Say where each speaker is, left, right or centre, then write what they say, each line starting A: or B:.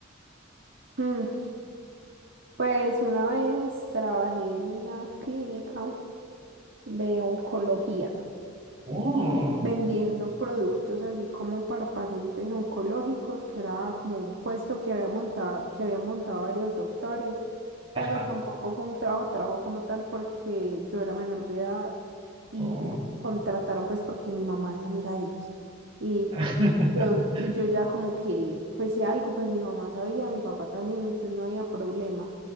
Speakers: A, on the right (about 60°); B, on the right (about 25°).
A: Mm, Pues una vez trabajé en una clínica de oncología.
B: Oh,
A: vendiendo productos así como para pacientes oncológicos, que era como un puesto que había montado, que habían montado varios doctores,
B: ajá.
A: pero tampoco fue un trabajo, trabajo como tal porque yo era menor de edad y
B: Oh.
A: me contrataron pues porque mi mamá es amiga de ellos. Y
B: <laughs>
A: yo, y yo ya como que, pues si algo, pues mi mamá sabía, mi papá también, entonces no había problema.